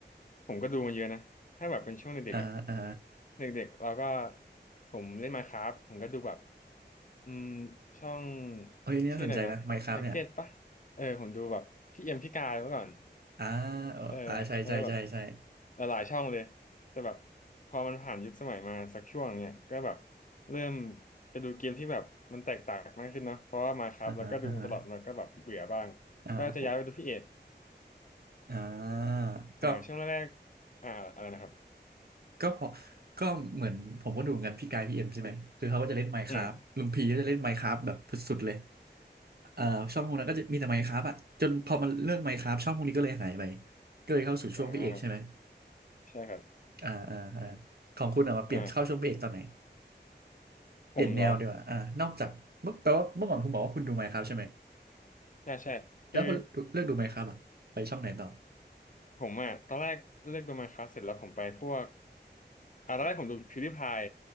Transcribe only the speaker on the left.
ผมก็ดูมาเยอะนะ ถ้าแบบเป็นช่วงเด็กๆอ่ะ
เด็กๆเราก็ผมเล่น Minecraft ผมก็ดูแบบอืมช่อง
ชื่ออะไรนะแท็กเก็ตปะเออผมดูแบบพี่เอ็มพี่กายเมื่อก่อน
เออแล้วก็แบบหลายๆช่องเลย แต่แบบพอมันผ่านยุคสมัยมาสักช่วงเนี้ยก็แบบเริ่มไปดูเกมที่แบบมันแตกต่างมากขึ้นเนาะเพราะว่ามาครับ
แล้วก็ดูมาตลอดมันก็แบบเบื่อบ้าง
ก็จะย้ายไปดูพี่เอก
อ่าช่วงแรกๆอ่าอะไรนะครับ
อืม
อ่าใช่ครับ
อ่า
ผมเหรอ ใช่ใช่คือ
ผมอ่ะตอนแรกเลือกโดูมาค e c เสร็จแล้วผมไปพวกอ่าตอนแรกผมดู PewDiePie